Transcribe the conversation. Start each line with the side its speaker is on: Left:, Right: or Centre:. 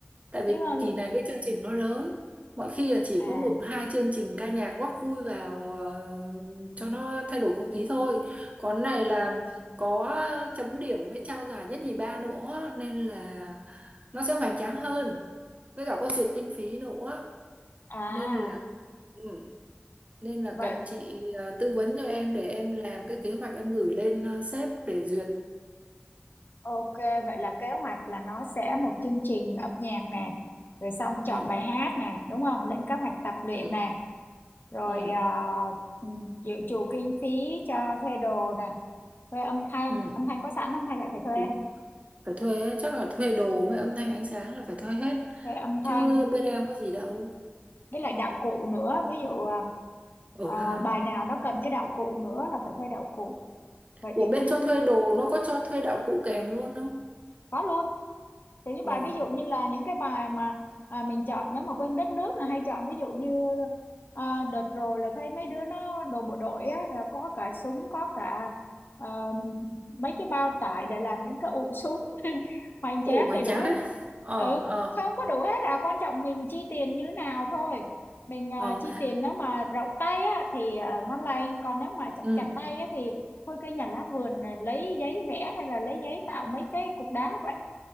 Right: Tại
Left: chứ
Right: vì
Left: ờ,
Right: kỳ này cái chương trình nó lớn. Mọi khi là chỉ
Left: à
Right: có một hai chương trình ca nhạc góp vui vào ờ, cho nó thay đổi không khí thôi. Còn này là có chấm điểm với trao giải nhất nhì ba nữa nên là nó sẽ hoành tráng hơn. Với cả có duyệt kinh phí nữa
Left: à
Right: nên là ừ, nên là
Left: vậy
Right: cần chị ờ, tư vấn cho em để em làm cái kế hoạch em gửi lên ờ, sếp để duyệt.
Left: ok vậy là kế hoạch là nó sẽ một chương trình âm nhạc nè rồi xong chọn
Right: Ừ.
Left: bài hát này đúng không lên kế hoạch tập luyện
Right: Ừ.
Left: này rồi
Right: Ừ.
Left: à, ừ, chịu chủ kinh phí cho thuê đồ này thuê âm thanh
Right: Ừ.
Left: âm thanh có sẵn không hay lại phải thuê
Right: Đúng rồi. phải thuê ấy, chắc là thuê đồ với âm thanh ánh sáng là phải thuê hết
Left: thuê âm
Right: chứ
Left: thanh
Right: bên em có gì đâu
Left: với lại đạo cụ nữa ví dụ à,
Right: ở
Left: à,
Right: hà
Left: bài nào nó cần cái đạo cụ nữa là phải thuê đạo cụ vậy
Right: của
Left: thì
Right: bên
Left: cũng
Right: cho thuê đồ nó có cho thuê đạo cụ kèm luôn không
Left: có luôn Thì cái
Right: ờ
Left: bài ví dụ như là những cái bài mà à, mình chọn nếu mà quên đất nước là hay chọn ví dụ như à, đợt rồi là thấy mấy đứa nó đồ bộ đội á là có cả súng có cả à, mấy cái bao tải để làm những cái ụ súng <laughs> hoành
Right: ủ
Left: tráng
Right: hoành
Left: đầy đủ
Right: tráng
Left: hết
Right: đấy ờ
Left: ừ
Right: ờ
Left: không có đủ hết à quan trọng mình chi tiền như nào thôi mình à,
Right: ờ
Left: chi tiền nếu mà rộng tay á thì à, ngon lành còn nếu mà chặt
Right: ừ
Left: chặt tay á thì thôi cây nhà lá vườn là lấy giấy vẽ hay là lấy giấy tạo mấy cái cục đá vậy